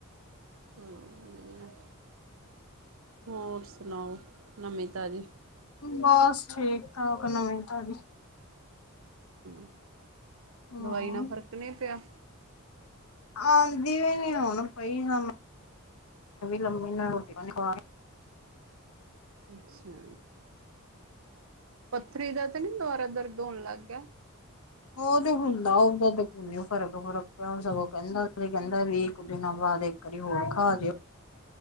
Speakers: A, on the right; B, on the left.
A: ਚਲੋ, ਵਧੀਆ ਹੋਰ ਸੁਣਾਓ ਨਵੀ ਤਾਜ਼ੀ।
B: ਬਸ ਠੀਕ-ਠਾਕ ਨਵੀਂ-ਤਾਜੀ।
A: ਹੂੰ,
B: ਹਾਂ
A: ਦਵਾਈ ਨਾਲ ਫ਼ਰਕ ਨਹੀਂ ਪਿਆ।
B: ਆਦੀ ਵੀ ਨੀ ਹੁਣ ਪਈ ਨ ਲਬ ਨੀ ਨਾਲ ਰੋਟੀ ਖਾ ਲਈ
A: ਅੱਛਾ। ਪੱਥਰੀ ਦਾ ਤੇ ਨੀ ਦੁਬਾਰਾ ਦਰਦ ਹੋਣ ਲੱਗ ਗਿਆ।
B: ਉਹ ਤੇ ਹੁੰਦਾ ਉਹਦਾ ਫਰਕ-ਫਰਕ ਪਿਆ ਸਗੋਂ ਕਹਿੰਦਾ, ਕਹਿੰਦਾ ਵੀ। ਇੱਕ ਦਿਨਾਂ ਬਾਅਦ ਇੱਕ ਵਾਰੀ ਹੋਰ ਖਾ ਦਿਓ।